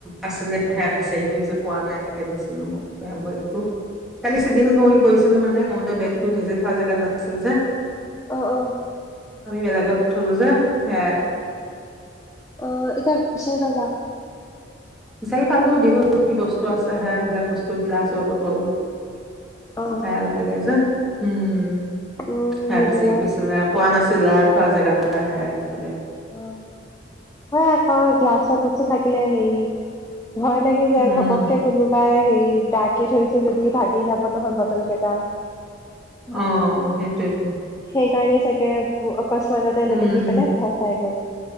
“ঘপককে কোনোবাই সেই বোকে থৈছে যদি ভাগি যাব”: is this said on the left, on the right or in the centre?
Left